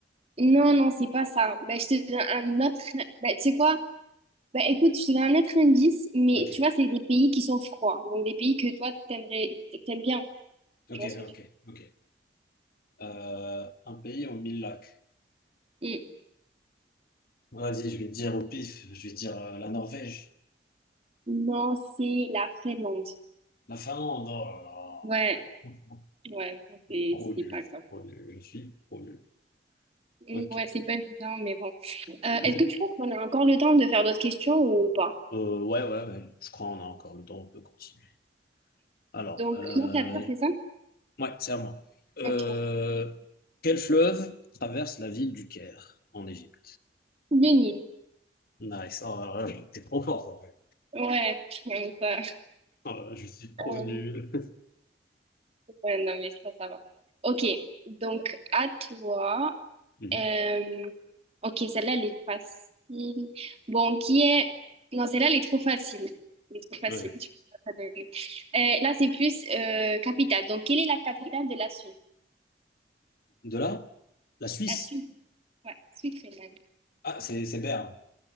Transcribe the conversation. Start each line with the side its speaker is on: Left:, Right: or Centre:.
Right: Non, non, c'est pas ça. Ben, je te donne un autre. Ben, tu sais quoi? Bah écoute, je te donne un autre indice, mais
Left: Ok,
Right: tu vois, c'est des pays qui sont froids, donc des pays que toi, t'aimerais, t'aimes bien.
Left: ok,
Right: Tu vois ce que je veux
Left: ok, ok. Euh, un pays aux mille lacs.
Right: dire?
Left: Vas-y, je vais te dire au pif, je vais te dire euh, la Norvège,
Right: Mm. Non, c'est la Finlande.
Left: La Finlande, oh là
Right: Ouais,
Left: là.
Right: ouais, bon, c'est
Left: Trop
Right: c'est
Left: nul.
Right: pas grave.
Left: Trop nul, je suis trop nul.
Right: Mm,
Left: Ok.
Right: Ouais, c'est pas évident, mais bon. Euh,
Left: <coughs>
Right: est-ce que tu penses qu'on a encore le temps de faire d'autres questions ou pas?
Left: Euh, ouais, ouais, ouais, je crois qu'on a encore le temps, on peut continuer. Alors,
Right: Donc,
Left: euh,
Right: non, ça pire, c'est ça?
Left: ouais, c'est à moi. Euh,
Right: Ok.
Left: quel fleuve traverse la ville du Caire en Égypte?
Right: Le Nil.
Left: Nice, oh là là, t'es trop fort en fait.
Right: Ouais, <laughs> ça.
Left: Oh là là, je suis trop
Right: Euh,
Left: nul.
Right: ouais, non, mais ça, ça va. Ok, donc à toi.
Left: Mhm.
Right: Euh, ok, celle-là, elle est facile. Bon, qui est... Non, celle-là, elle est trop facile. Elle est trop facile,
Left: Ouais.
Right: tu peux pas te donner. Euh, là, c'est plus euh, capitale. Donc, quelle est la capitale de la Suisse?
Left: De là, la Suisse.
Right: La Suisse. Ouais, Suisse finlande.
Left: Ah, c'est c'est Berne.